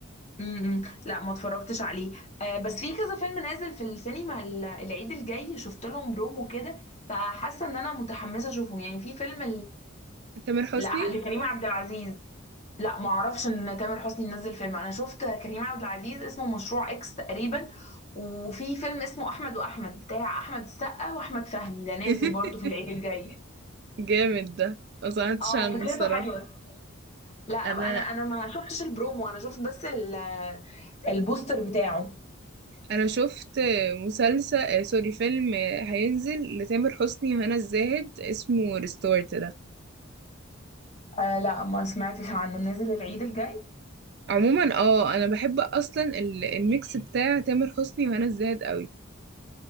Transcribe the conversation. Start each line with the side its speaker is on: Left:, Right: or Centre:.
Left: امم لا ما اتفرجتش عليه آه بس في كذا فيلم نازل في السينما ال- العيد الجاي شفت لهم برومو كده فحاسة ان انا متحمسة اشوفهم يعني في فيلم
Right: تامر حسني
Left: لا لكريم عبد العزيز لا ما اعرفش ان تامر حسني نزل فيلم انا شفت كريم عبد العزيز اسمه مشروع اكس تقريبا وفي فيلم اسمه احمد واحمد بتاع احمد السقا واحمد فهمي
Right: <laughs>
Left: ده نازل برضه في العيد الجاي
Right: جامد ده ما سمعتش
Left: اه
Right: عنه
Left: وفكرته
Right: الصراحة
Left: حلوه لا
Right: انا
Left: انا انا ما شفتش البرومو انا شفت بس ال- البوستر بتاعه
Right: انا شفت مسلسل آه، سوري فيلم آه، هينزل لتامر حسني وهنا الزاهد اسمه ريستورت
Left: آه لا ما سمعتش عنه نازل العيد الجاي
Right: عموما اه انا بحب اصلا ال- الميكس بتاع تامر حسني وهنا الزاهد قوي